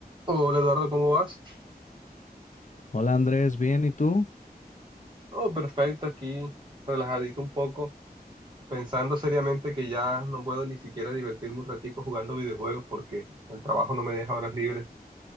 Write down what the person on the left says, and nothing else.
Hola Andrés, bien, ¿y tú?